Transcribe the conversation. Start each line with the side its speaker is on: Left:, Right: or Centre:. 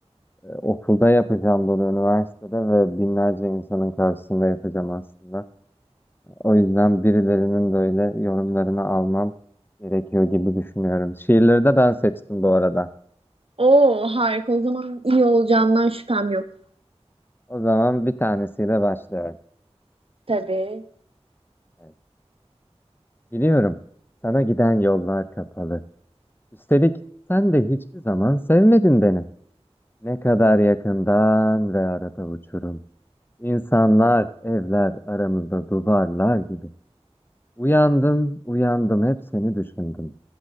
Left: e, okulda yapacağım bunu üniversitede ve binlerce insanın karşısında yapacağım aslında. O yüzden birilerinin böyle yorumlarını almam gerekiyor gibi düşünüyorum. Şiirleri de ben seçtim bu arada.
Right: Oo harika. O zaman iyi olacağından şüphem yok.
Left: O zaman bir tanesiyle başlıyorum.
Right: Tabii.
Left: Evet. Biliyorum, sana giden yollar kapalı. Üstelik sen de hiçbir zaman sevmedin beni. Ne kadar yakından ve arada uçurum. İnsanlar, evler aramızda duvarlar gibi. Uyandım, uyandım hep seni düşündüm.